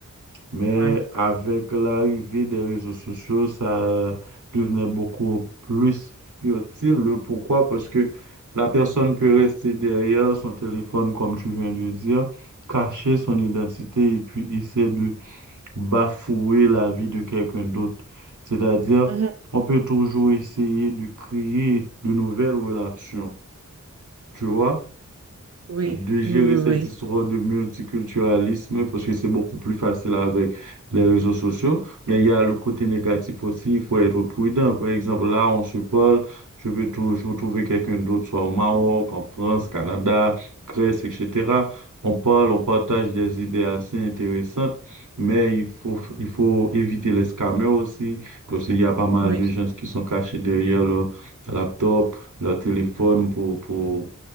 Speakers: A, on the right (about 75°); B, on the right (about 55°).
A: Mais
B: Ouais.
A: avec l'arrivée des réseaux sociaux, ça devenait beaucoup plus futile. Le pourquoi? Parce que la personne peut rester derrière son téléphone, comme tu viens de le dire, cacher son identité et puis essayer de bafouer la vie de quelqu'un d'autre. C'est-à-dire,
B: Mhm.
A: on peut toujours essayer de créer de nouvelles relations, tu vois?
B: Oui,
A: de gérer
B: oui,
A: cette
B: oui,
A: histoire de multiculturalisme parce que c'est beaucoup plus facile avec les réseaux sociaux. Mais il y a le côté négatif aussi, il faut être prudent. Par exemple, là, on se parle, je peux toujours trouver quelqu'un d'autre, soit au Maroc, en France, Canada, Grèce, etc. On parle, on partage des idées assez intéressantes, mais il faut, il faut éviter les scammers aussi, parce qu'il y a pas mal
B: oui,
A: de
B: oui.
A: gens qui sont cachés derrière leur laptop, leur téléphone pour, pour,